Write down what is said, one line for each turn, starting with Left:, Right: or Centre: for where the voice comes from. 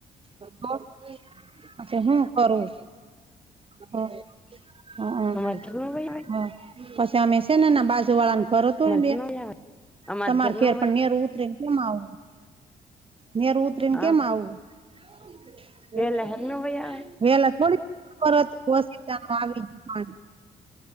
Right: <unintelligible> અચછા હું કરું હા હા હા
Centre: અમારે ઘરનું વય આવે અમારે
Right: હા પશી અમે શેન એના બાજુવાળાન ઘર હતુંન બે
Centre: ઘરનું વય આવે અમારે
Right: તમાર
Centre: ઘરનું
Right: ઘેર પણ
Centre: વય
Right: નેર ઉતરીને કેમ આવું, નેર ઉતરીને
Centre: હા
Right: કેમ આવું? <unintelligible>
Centre: વેલા ઘરનું વય આવે
Right: વેલા થોડીક કરત વસ તમ આવી હુ આવી.